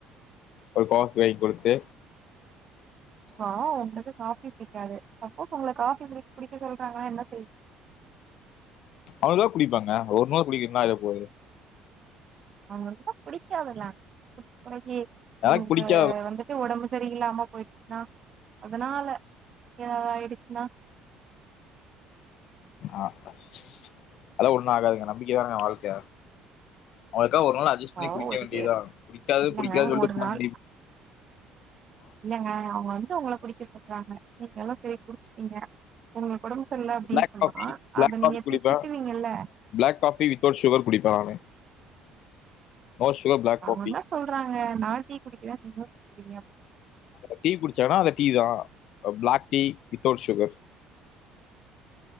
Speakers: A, on the left; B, on the right.
A: ஒரு காஃபி வாய்ங் குடுத்து
B: இப்போ உங்களுக்கு காஃபி பிடிக்காது சப்போஸ் உங்கள காஃபி குடிக்க சொல்றாங்கன்னா என்ன செய்
A: அவ்ள்தா குடிப்பாங்க ஒருநாள் குடிக்கறதுல இன்னா ஆக போகுது
B: அவனுக்குதா புடிக்காதுல்ல பெறகு
A: எனக்கு
B: அவனுக்கு
A: பிடிக்காத
B: வந்துட்டு ஒடம்பு சரிங்கலா அம்மா பொய்டுச்சுனா அதனால எதாவ்து ஆயிடுச்சுனா
A: ஆமாப்பா அதல்லா ஒண்ணு ஆகாதுங்க நம்பிக்க தாங்க வாழ்க்க அவுங்களுக்கா ஒரு நாள் அட்ஜஸ் பண்ணி
B: ஆ
A: குடிக்க
B: ஒரு
A: வேண்டியதா
B: பேர்
A: புடிக்காது
B: இல்லங்க
A: புடிக்காது சொல்ட்டு
B: ஒரு
A: போ
B: நாள் ங்க அவுங்க வந்துட்டு உங்கள குடிக்க சொல்றாங்க நீங்கலு சரி கு நீங்க உங்களுக்கு ஒடம்பு சரில்ல அப்டினு
A: பிளாக்
B: சொன்னா
A: காஃபி பிளாக்
B: அத நீங்க
A: காஃபி
B: திட்டுவீங்கல்ல
A: குடிப்பேன் பிளாக் காஃபி வித்தவுட் சுகர் குடிப்பே நானு நோ சுகர் பிளாக்
B: அவங்க
A: காஃபி
B: என்ன சொல்றாங்க நா டீ குடிக்கிரே நீங்களு டி குடிங்க
A: டீ குடிச்சான்னா அந்த டீ தா பிளாக் டீ வித்தவுட் சுகர்